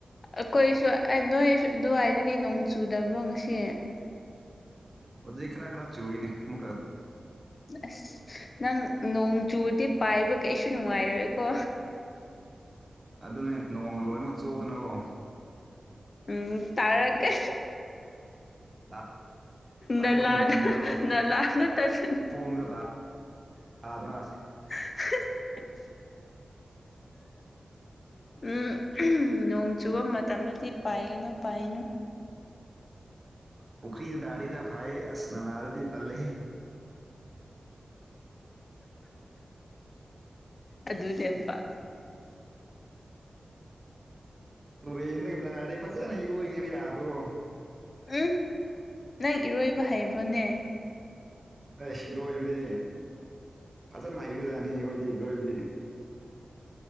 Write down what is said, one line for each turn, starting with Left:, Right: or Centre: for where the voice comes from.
Left: ꯑꯩꯈꯣꯏꯁꯨ ꯅꯣꯏꯁꯨ ꯑꯗꯨꯋꯥꯏꯗꯗꯤ ꯅꯣꯡ ꯆꯨꯗꯕ꯭ꯔꯣ ꯉꯁꯤ
Right: ꯍꯧꯖꯤꯛ ꯈꯔ ꯈꯔ ꯆꯨꯏꯅꯦ ꯑꯃꯨꯛꯀ
Left: ꯑꯁ ꯅꯪ ꯅꯣꯡ ꯆꯨꯔꯗꯤ ꯄꯥꯏꯕ ꯀꯩꯁꯨ ꯅꯨꯡꯉꯥꯏꯔꯣꯏꯀꯣ
Right: ꯑꯗꯨꯅꯦ ꯅꯣꯡꯒ ꯂꯣꯏꯃꯛ ꯆꯣꯠꯗꯅꯀꯣ
Left: ꯎꯝ ꯇꯥꯔꯛꯀꯦ
Right: <unintelligible>
Left: ꯅꯂꯥꯗ ꯅꯂꯥꯗ ꯇꯁꯤꯜꯂ
Right: ꯑꯥꯗꯅ
Left: <unintelligible> ꯎꯝ ꯅꯣꯡ ꯆꯨꯕ ꯃꯇꯝꯗꯗꯤ ꯄꯥꯏꯒꯅꯨ ꯄꯥꯏꯅꯨ
Right: ꯄꯨꯈ꯭ꯔꯤꯗ ꯇꯔꯥꯗꯤ ꯃꯌꯥꯝ ꯐꯥꯢꯌꯦ ꯑꯁ ꯅꯂꯥꯗꯗꯤ ꯇꯜꯂꯦꯍꯦ
Left: ꯑꯗꯨꯅꯦꯕꯥ
Right: ꯇꯨꯔꯦꯟꯗꯩ ꯇꯔꯗꯤ ꯐꯖꯅ ꯏꯔꯣꯢꯒꯤꯕ ꯌꯥꯕꯀꯣ
Left: ꯎꯝ ꯅꯪ ꯏꯔꯣꯏꯕ ꯍꯩꯕ꯭ꯔꯣꯅꯦ
Right: ꯑꯦꯁ ꯏꯔꯣꯏꯕꯗꯤ ꯐꯖꯅ ꯍꯩꯈ꯭ꯔꯖꯥꯅꯤ ꯢꯔꯣꯢꯗꯤ ꯏꯔꯣꯏꯕꯗꯤ